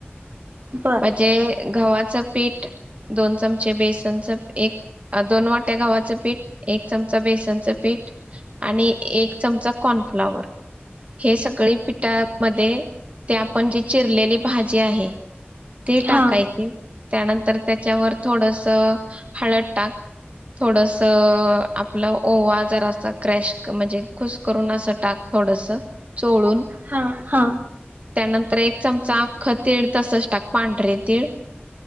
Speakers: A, on the right; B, on the right.
A: बर
B: म्हणजे गावात पीठ दोन चमचे बेसनच एक दोन वाट्या गव्हाच पीठ एक चमच बेसनच पीठ आणि एक चमचा कॉर्नफ्लवर हे सगळी पीठामध्ये ते आपण ज रलेली भाजी आहे ते
A: हा
B: टाकायचे त्यानंतर त्याच्यावर थोडस हळद टाक थोडस आपलं ओवा जर असं क्रॅश म्हणजे खुस करून असं टाक थोडस चोळून
A: हा हा
B: त्यानंतर एक चमचा आख्ख तीळ तसच टाक पांढरे तीळ